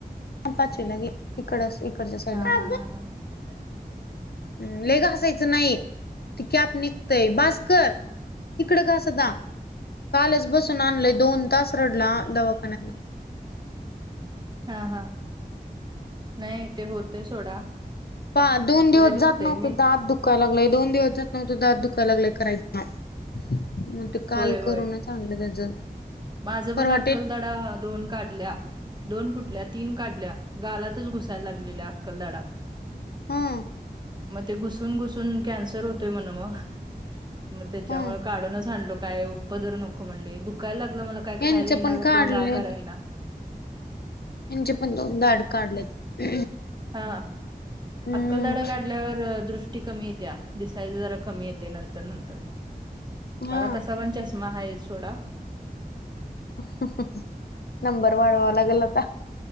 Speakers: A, on the left; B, on the right.
A: पाचवी गेली, इकडच इकडच्या साईडला.
B: हा हा <inaudible>
A: लयी घासायचं नाही ते कॅप निघतय बास कर. इकडं घास आता, कालच बसवून आणलंय दोन तास रडला दवाखान्यात.
B: हा हा, नाही ते होतय सोडा.
A: प दोन दिवस
B: लय दुखते
A: जात नव्हते
B: मी
A: दात दु का लागलंय दोन दिवस जात नव्हतं दात दुखा लागलंय करायच ना मग ते काल
B: होय होय
A: करूनच आणलं त्याच
B: माझं पण
A: परवा
B: अक्कलदाडा
A: डेट
B: दोन काढल्या दोन कुटल्या तीन काढल्या गालात तच घुसायला लागलेल्या. अक्कलदाडा.
A: हम.
B: मग ते घुसून- घुसून, कॅन्सर होतोय म्हण, मग. मग, त्याच्यामुळे
A: हा
B: काढूनच आणलो. काय, उपदर नको म्हणले. दुखायला लागलं मला काय खायला
A: यांचे
B: ईना,
A: पण काढले
B: तोंड आ कराय ईना.
A: त्यांचे पण, दोन दाड काढलेत.
B: हा.
A: हम्म
B: अक्कलदाड काढल्यावर दृष्ट टी कमी येत्या. दिसायचं जरा कमी येतय. नंतर- नंतर. मला
A: हा
B: तसा पण चष्मा हायच. सोडा.
A: <unintelligible> नंबर वाढवावा लागल आता.